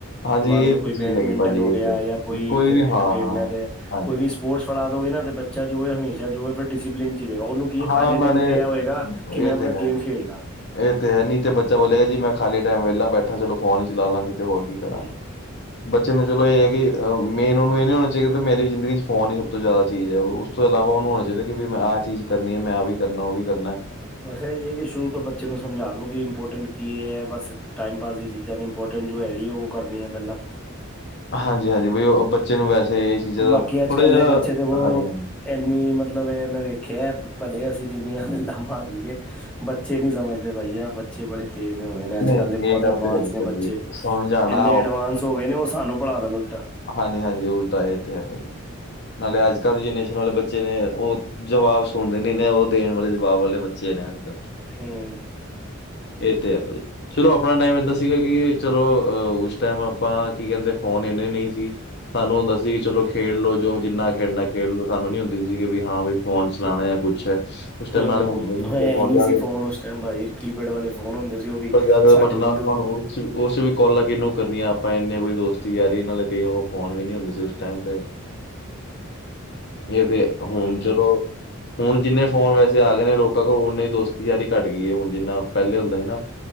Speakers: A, on the left; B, in the centre.
A: ਹਾਂਜੀ
B: ਮੰਨ ਲਓ
A: ਇਹ
B: ਕੋਈ
A: ਤੇ ਚੀਜ਼
B: ਬੈਡਮਿੰਟਨ
A: ਹੈਗੀ ਭਾਜੀ
B: ਹੋ
A: ਇਹ
B: ਗਿਆ,
A: ਤੇ
B: ਜਾਂ ਕੋਈ ਕ੍ਰਿਕਟ
A: ਵੀ ਹਾਂ-ਹਾਂ
B: ਖੇਡਣਾ ਤੇ
A: ਹਾਂਜੀ
B: ਕੋਈ ਵੀ ਸਪ। ਸਪੋਰਟਸ ਫੜਾ ਦੋਗੇ ਨਾ ਤੇ ਬੱਚਾ ਜੋ ਹੈਵੇ ਹਮੇਸ਼ਾ ਜੋ ਹੈ ਫਿਰ ਡਿਸਪਲਨ ਚ ਰਹੇਗਾ ਉਹਨੂੰ। ਕੀ
A: ਹਾਂ
B: ਖਾਲੀ ਟਾਈਮ
A: ਨਾਲੇ
B: ਤੇ ਇਹ ਹੋਏਗਾ, ਕਿ ਮੈਂ
A: ਇਹ
B: ਆਪਣਾ
A: ਤੇ ਹੈ
B: ਗੇਮ
A: ਤੇ
B: ਖੇਡ ਲਾਂ।
A: ਇਹ ਤੇ ਹੈ ਨੀ ਤੇ ਬੱਚਾ ਬੋਲੇਗਾ ਜੀ ਮ ਖਾਲੀ ਟਾਈਮ ਵਿਹਲਾ ਬੈਠਾ ਚਲੋ ਫੋਨ ਹੀ ਚਲਾ ਲੈਂਦੀ ਤੇ ਹੋਰ ਕੀ ਕਰਾਂ।
B: ਹੂੰ
A: <inaudible> ਬੱਚੇ ਨੂੰ ਚਲੋ ਇਹ ਹੈ, ਕਿ ਮੇਨ ਉਹਨੂੰ ਇਹ ਨੀ ਹੋਣਾ ਚਾਹੀਦਾ, ਕਿ ਮੇਰੀ ਜ਼ਿੰਦਗੀ ਚ ਫੋਨ ਹੀ ਸਭ ਤੋਂ ਜ਼ਿਆਦਾ ਚੀਜ਼ ਹੈ। ਉਸ ਤੋਂ ਇਲਾਵਾ ਉਹਨੂੰ ਹੋਣਾ ਚਾਹੀਦਾ ਕਿ ਮੈਂ ਆਹ ਚੀਜ਼ ਕਰਨੀ ਹੈ ਮੈਂ ਆਹ ਵੀ ਕਰਨਾ ਉਹ ਵੀ ਕਰਨਾ।
B: ਇਹੀ ਹੈ ਕਿ ਸ਼ੁਰੂ ਤੋਂ ਬੱਚੇ ਨੂੰ ਸਮਝਾ ਦਉ ਕਿ ਇੰਪੋਰਟੈਂਟ ਕੀ ਹੈ ਬਸ ਟਾਈਮ ਪਾਸ ਦੀ ਚੀਜ਼ਾਂ ਨੇ ਇੰਪੋਰਟੈਂਟ ਜੋ ਹੈਗੀ ਹੈ ਉਹ। ਕਰਨੀ ਆ ਪਹਿਲਾਂ।
A: ਹਾਂਜੀ-ਹਾਂਜੀ ਬਈ ਉਹ ਬੱਚੇ ਨੂੰ ਵੈਸੇ। ਚੀਜ਼ਾਂ ਦਾ
B: ਬਾਕੀ
A: ਥੋੜਾ
B: ਅੱਜ ਕੱਲ੍ਹ
A: ਜਿਹਾ
B: ਦੇ ਬੱਚੇ ਦੇਖੋ।
A: ਹਾਂਜੀ-ਹਾਂਜੀ।
B: ਇੰਨੀ ਮਤਲਬ ਇਹ ਮੈਂ ਵੇਖਿਆ ਭਲੇ ਅਸੀਂ ਜਿੰਨੀਆਂ ਗੱਲਾਂ ਮਾਰ ਲਈਏ। ਬੱਚੇ ਨੀ ਸਮਝਦੇ ਬਾਈ ਆ ਬੱਚੇ ਬੜੇ। ਤੇਜ ਹੋ ਗਏ ਨੇ ਅੱਜ
A: ਨਹੀਂ
B: ਕੱਲ੍ਹ ਬਹੁਤ
A: ਇਹ ਗੱਲ
B: ਐਡਵਾਂਸ
A: ਤੇ ਹੈਗੀ
B: ਨੇ
A: ਭਾਜੀ
B: ਬੱਚੇ,
A: ਸਮਝਾਣਾ
B: ਐਨੇ ਐਡਵਾਂਸ ਹੋ ਗਏ ਨੇ ਕਿ ਸਾਨੂੰ ਪੜਾ ਦੇਣ ਉਲਟਾ
A: ਹਾਂਜੀ-ਹਾਂਜੀ ਉਲਟਾ ਇਹ ਤੇ ਹੈਗਾ ਜੀ, ਨਾਲੇ ਅੱਜ ਕੱਲ੍ਹ ਦੀ ਜਨਰੇਸ਼ਨ ਵਾਲੇ ਬੱਚੇ ਨੇ ਉਹ। ਜਵਾਬ ਸੁਣਦੇ ਨੀ ਨੇ ਉਹ ਦੇਣ ਵਾਲੇ ਜਵਾਬ ਵਾਲੇ ਬੱਚੇ ਨੇ ਅੱਜ ਕੱਲ।
B: ਹਮ।
A: ਇਹ ਤੇ ਹੈ ਬਾਈ। ਚਲੋ ਆਪਣਾ ਟਾਈਮ ਏਦਾਂ ਸੀਗਾ ਕਿ ਚਲੋ ਅਹ ਉਸ ਟਾਈਮ ਆਪਾਂ ਕੀ ਕਹਿੰਦੇ ਫੋਨ ਇੰਨੇ ਨਹੀਂ। ਜੀ ਸਾਨੂੰ ਹੁੰਦਾ ਸੀ ਕਿ ਚਲੋ। ਖੇਡਲੋ ਜੋ ਜਿੰਨਾ ਖੇਡਣਾ ਖੇਡ ਲੋ ਸਾਨੂੰ ਨੀ ਹੁੰਦੀ ਸੀਗੀ ਵੀ ਹਾਂ ਵੀ ਫੋਨ ਚਲਾਉਣੇ ਆ ਕੁਛ ਹੈ। ਉਸ ਟਾਈਮ
B: ਹਮ-ਹਮ
A: ਨਾਲੇ ਹੁੰਦਾ ਵੀ
B: ਹੈ ਹੀ ਨਹੀਂ
A: ਜਾ
B: ਸੀ ਫੋਨ ਉਸ ਟਾਈਮ ਭਾਜੀ। ਕੀਪੈਡ ਵਾਲੇ ਫੋਨ ਹੁੰਦੇ ਸੀ ਉਹ ਵੀ,
A: ਜ਼ਿਆਦਾ
B: ਸਾਡੇ
A: ਬਟ
B: ਕੋਲ
A: ਨਾਲ
B: ਤੇ ਹੁੰਦੇ
A: ਫੋਨ ਉਸ
B: ਨਹੀ।
A: ਉਸ ਚ ਵੀ ਕਾਲਾਂ ਕਿਹਨੂੰ ਕਰਨੀਆਂ ਆਪਾਂ ਇੰਨੇ ਕੋਈ ਦੋਸਤੀ ਯਾਰੀ ਨਾਲੇ ਕਈ ਫੋਨ ਵੀ ਨੀ ਹੁੰਦੇ ਸੀ ਉਸ ਟਾਈਮ ਤੇ। ਇਹ ਤੇ ਹੁਣ
B: ਹਾਂਜੀ
A: ਚਲੋ। ਹੁਣ ਜਿੰਨੇ ਫੋਨ ਵੈਸੇ ਆ ਗਏ ਨੇ ਲੋਕਾਂ ਕੋਲ ਉਨੀ ਦੋਸਤੀ ਯਾਰੀ ਘੱਟ ਗਈ ਹੈ ਹੁਣ ਜਿੰਨਾ ਪਹਿਲੇ ਹੁੰਦਾ ਸੀ ਨਾ।